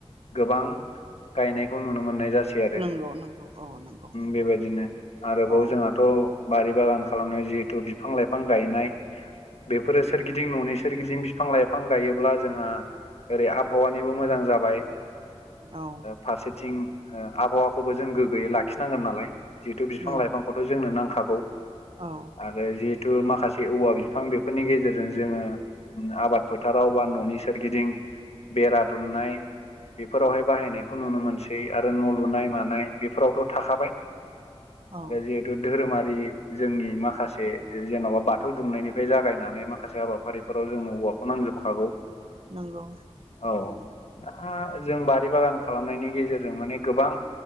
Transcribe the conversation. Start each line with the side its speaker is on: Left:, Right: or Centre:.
Left: गोबां गायनायखौ नुनो मोननाय जास आरो
Right: नंगौ नंगौ औ नंगौ
Left: बेबायदिनो आरोबाव
Right: औ
Left: जोंहाथ' बारि बागान खालामनायाव जिहेथु बिफां लाइफां गायनाय बेफोरो सोरगिदिं न'नि सोरगिदिं बिफां लाइफां बिफां गायोब्ला जोंहा ओरै आबहावानिबो मोजां जाबाय
Right: औ
Left: फारसेथिं आबहावाखौबो जों गोग्गोयै लाखिनांगोन नालाय जिहेथु बिफां
Right: नंगौ
Left: लाइफांखौथ' जोंनो नांखागौ
Right: औ
Left: आरो जिहेथु माखासे औवा बिफां बेफोरनि गेजेरजों जोङो आबाद फोथाराव बा न'नि सोरगिदिं बेरा दुमनाय बेफोरावहाय बाहायनायखौ नुनो मोनसै आरो न' लुनाय मानाय बेफोरावथ' थाखाबाय
Right: औ
Left: आरो जिहेतु धोरोमारि जोंनि माखासे जेन'बा बाथौ दुमनायनिफ्राय जागायनानै माखासे हाबाफारिफोराव जोंङो औवाखौ नांजोबखागौ
Right: नंगौ
Left: औ दा जों बारि बागान खालामनायनि गेजेरजों माने गोबां